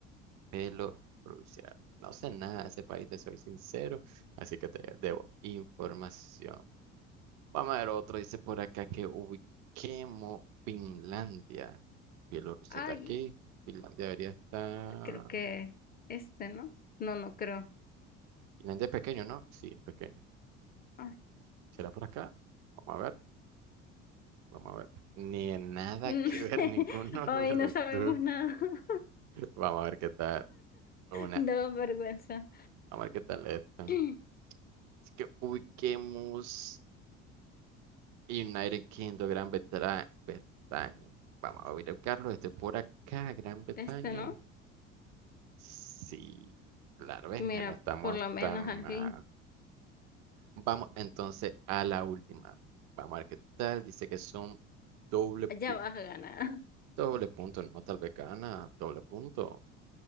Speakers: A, on the right (about 50°); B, on the left (about 25°).
A: Bielorrusia. No sé nada de ese país, te soy sincero, así que te debo información. Vamos a ver otro, dice por acá que ubiquemos Finlandia. Bielorrusia
B: ay,
A: está aquí, Finlandia debería estar...
B: creo que este, ¿no? No, no creo.
A: Finlandia es pequeño, ¿no? Sí, es pequeño.
B: Ay,
A: ¿Será por acá? Vamos a ver, vamos a ver. Ni en nada
B: <laughs>
A: que ver ninguno
B: Ay,
A: <laughs> de los
B: no sabemos
A: dos.
B: nada. <laughs>
A: Vamos a ver qué tal una,
B: Da vergüenza.
A: vamos a ver qué tal están.
B: <clears throat>
A: Así que ubiquemos... United Kingdom, Gran Bretaña. Bretaña. Vamos a ir a buscarlo. Este por acá, Gran Bretaña.
B: Este, ¿no?
A: Sí, claro, ves,
B: Mira,
A: no estamos
B: por lo menos
A: tan
B: al
A: mal.
B: fin.
A: Vamos entonces a la última. Vamos a ver qué tal. Dice que son doble, pi-
B: Ya vas a ganar.
A: doble punto, no tal vez gana, doble punto.